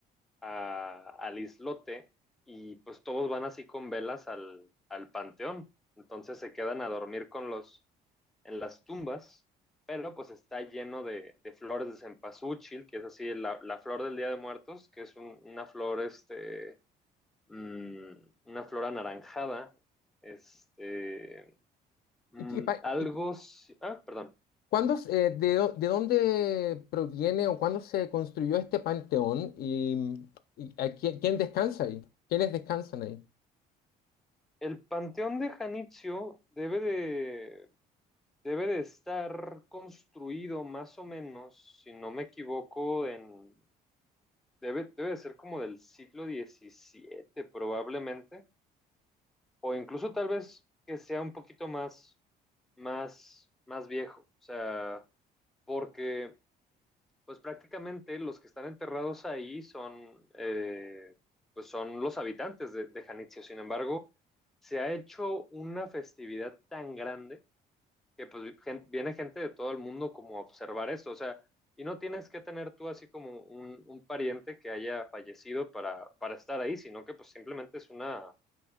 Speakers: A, in the centre; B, on the left.
A: a, al islote y pues todos van así con velas al, al panteón. Entonces se quedan a dormir con los, en las tumbas, pero pues está lleno de, de flores de cempasúchil, que es así la, la, flor del Día de Muertos, que es un, una flor, este, mmm, una flor anaranjada, este, mmm,
B: ¿Y, qué pa-
A: algo,
B: y qué-
A: si, ah, perdón,
B: cuándo se- eh, de, dó- de dónde proviene o cuándo se construyó este panteón? ¿Y, y a quién, quién descansa ahí? ¿Quiénes descansan ahí?
A: el panteón de Janitzio debe de Debe de estar construido más o menos, si no me equivoco, en... Debe, debe de ser como del siglo diecisiete probablemente, o incluso tal vez que sea un poquito más, más, más viejo, o sea, porque pues prácticamente los que están enterrados ahí son, eh, pues son los habitantes de, de Janitzio. Sin embargo, se ha hecho una festividad tan grande que pues gen- viene gente de todo el mundo como a observar esto, o sea, y no tienes que tener tú así como un, un pariente que haya fallecido para, para estar ahí, sino que pues simplemente es una,